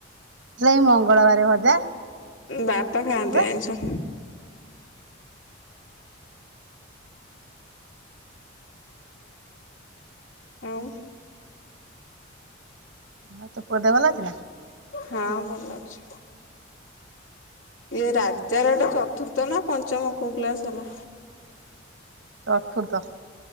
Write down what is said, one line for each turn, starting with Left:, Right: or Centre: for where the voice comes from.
Right: ଯୋଉ ମଙ୍ଗଳବାର ଭଜା
Left: ବାପା ଖାଆନ୍ତି
Right: ଶୁଖୁଆ
Left: ଆଇଁଷ। ଆଉ
Right: ହଁ ତୋ ଦେହ ଭଲ ଅଛି ନା?
Left: ହଁ ଭଲ ଅଛି। ଏଇ ରାଜାର ଗୋଟେ ଚତୁର୍ଥ ନା ପଞ୍ଚମ କ୍ଲାସ ହେଲା।
Right: ଚତୁର୍ଥ